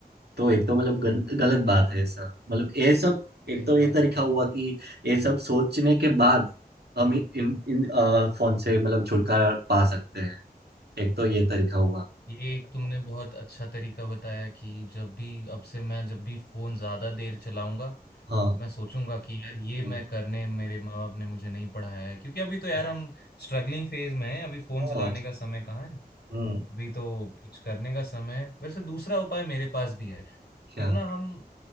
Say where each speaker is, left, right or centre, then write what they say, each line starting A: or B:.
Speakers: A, on the right; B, on the left.
A: तो एक तो मतलब गल, गलत बात
B: हम्म
A: है ऐसा मतलब ये सब
B: सही
A: एक तो ये
B: बात
A: तरीका हुआ कि ये सब सोचने के बाद हम इन इन अ, फोन से मतलब छुटकारा पा सकते हैं एक तो ये तरीका हुआ
B: ये एक तुमने बहुत अच्छा तरीका बताया कि जब भी अब से मैं जब भी फोन ज्यादा देर चलाऊंगा
A: हाँ
B: तो मैं सोचूंगा कि यार ये
A: हम्म,
B: मैं करने मेरे माँ बाप ने मुझे नहीं पढ़ाया है क्योंकि अभी तो यार
A: हाँ
B: हम स्ट्रगलिंग फेज में हैं अभी फोन
A: हाँ,
B: चलाने का समय कहाँ है
A: हम्म,
B: अभी तो कुछ करने का समय है वैसे दूसरा उपाय मेरे पास भी है
A: क्या
B: क्यों ना हम